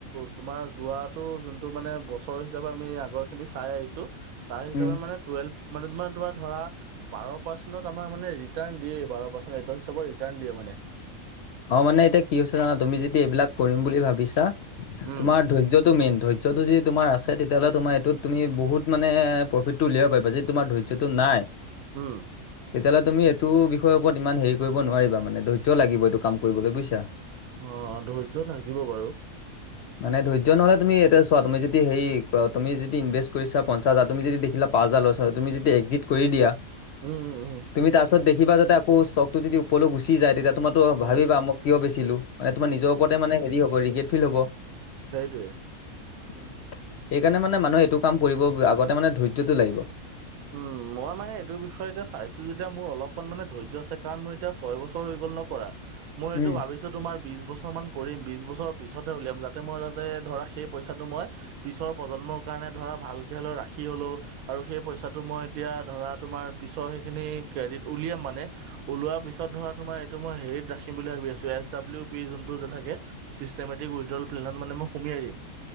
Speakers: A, on the right; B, on the left.
A: তোমাৰ যোৱাটো যোনটো মানে বছৰ হিচাপে আমি আগৰ খিনি চাই আহিছোঁ, তাৰ হিচাপে
B: উম
A: মানে টুৱেলভ মানে তোমাৰ দোয়া ধৰা, বাৰঃ পাৰ্চেনট আমাৰ মানে ৰিটান দিয়ে বাৰঃ পাৰ্চেনত হিচাপত ৰিটান দিয়ে মানে। এ <unintelligible>
B: অ মানে এতিয়া কি হৈছে জানা তুমি যদি এইবিলাক কৰিম বুলি ভাবিছা,
A: উম
B: তোমাৰ ধৰ্যটো মেইন। ধৈয্যটো যি তোমাৰ আছে তেতিয়া হ'লে তোমাৰ এইটোত তুমি বহুত মানে প্ৰফিটটো উলিয়াব পাৰিবা, যিহেতু তোমাৰ ধৈয্যটো নাই,
A: উম।
B: তেতিয়াহ'লে তুমি এইটো বিষয়ৰ ওপৰত ইমান হেৰি কৰিব নোৱাৰিবা মানে ধৈৰ্য লাগিব এইটো কাম কৰিবলৈ বুইছা?
A: অ', ধৈৰ্য থাকিব বাৰু।
B: মানে ধৈ্য্য নহ'লে তুমি এতিয়া চোৱা, তুমি যদি হেৰি তুমি যদি ইনভেষ্ট কৰিছা পঞ্চাছ হাজাৰ, তুমি যদি দেখিলা পাছহাজাৰ লছ হৈ, তুমি যেতি একজিত কৰি দিয়া
A: উম, উম,
B: তুমি তাৰপিছত দেখিবা যাতে আকৌ ষ্টকটো যদি ওপৰলৈ গুচি যায় তেতিয়া তোমাৰ ত
A: উম,
B: ভাবিবা মোক কিয় বেছি লোভ এ তোমাৰ নিজৰ ওপৰতে মানে হেৰি হ'ব ৰিগেট ফিল হব।
A: সেইটোৱেই।
B: ওম সেইকাৰণে মানে মানুহে এইটো কাম কৰিব আগতে মানে ধৈৰ্যটো লাগিব।
A: উম মই মানে এইটো বিষয়তে চাইছো যেতিয়া মোৰ অলপমান মে ধৈৰ্য্য আছে কাৰণ মোৰ এতিয়া ছয় বছৰ হৈ গ'ল। নকৰা মই এইটো
B: উম।
A: ভাবিছো তোমাৰ বিছ বছৰ মান কৰিম বিছ বছৰ। পিছতহে উলিয়াম যাতে মই যাতে ধৰা সেই পইচাটো মই পিছৰ প্ৰজন্মৰ কাৰণে ধৰা ভালকে লৈ ৰাখি কি হ'লও আৰু সেই পইচা মই এতিয়া ধৰা তোমাৰ পিছৰ সেইখিনি ক্ৰডিদ উলিয়াম মানে উলোৱা পিছত ধৰা তোমাৰ সেটো মই হেৰিত ৰাখিম বুলি ভাবি আছো এছ দাব্লিউ পি যোনটো যে থাকে চিষ্টেমেটিক উইটড্ৰপ্লেনত মানে মই সুমিয়াই হেৰি।